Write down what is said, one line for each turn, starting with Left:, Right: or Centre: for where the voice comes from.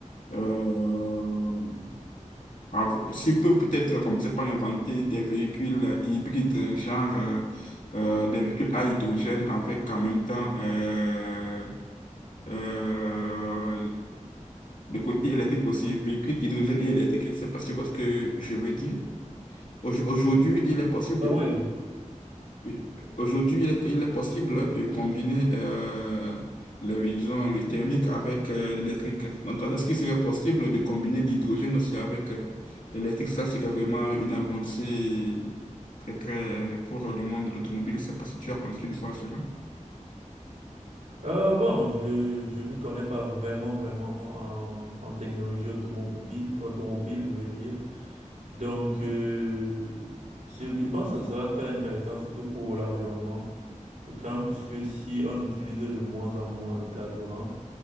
Left: euh, av- s'il peut peut-être commencer par inventer des véhicules euh, hybrides, genre euh, euh, des véhicules à hydrogène avec en même temps euh, euh, le côté électrique aussi, véhicules hydrogène et électrique. Je sais pas si tu vois ce que je veux dire. Au- Aujourd'hui, il est possible
Right: Ah
Left: de
Right: oui,
Left: oui. Aujourd'hui, il est, il est possible de combiner euh, les disons, le thermique avec euh, l'électrique. Donc, est-ce qu'il serait possible de combiner l'hydrogène aussi avec euh, l'électrique? Ça serait vraiment une avancée très, très pour le monde de l'automobile. Je ne sais pas si tu as pensé une fois à cela.
Right: Euh, bon, je je m'y connais pas vraiment vraiment en, en technologie automobile automobile, je vais dire. Donc euh, je, je pense que ça sera très intéressant surtout pour l'environnement. D'autant plus que si on utilise de moins en moins le carburant,